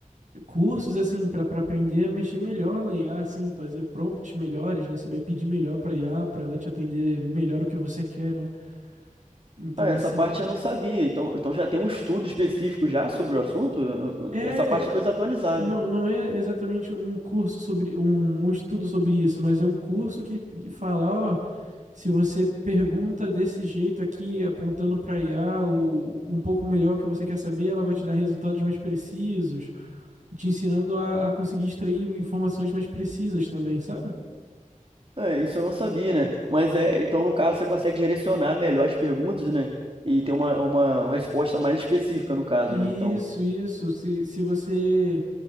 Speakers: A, on the right; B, on the right.
A: cursos assim para aprender a mexer melhor na IA, assim, fazer prompts melhores, né? Saber pedir melhor para IA, para ela te atender melhor o que você quer, né? Então,
B: Ah, essa
A: assim,
B: parte eu não sabia, então, então já tem um estudo específico já sobre o assunto? Eu- eu-
A: é
B: Essa parte eu estou desatualizado.
A: não, não é exatamente um curso sobre um, um estudo sobre isso, mas é um curso que fala, ó, se você pergunta desse jeito aqui, apontando para IA ou um pouco melhor o que você quer saber, ela vai te dar resultados mais precisos, te ensinando a, a conseguir extrair informações mais precisas também, sabe?
B: É, isso eu não sabia, né? Mas é, então no caso você consegue direcionar melhor as perguntas, né? E ter uma, uma, uma resposta mais específica no caso,
A: Isso,
B: né? Então,
A: isso. Se, se você.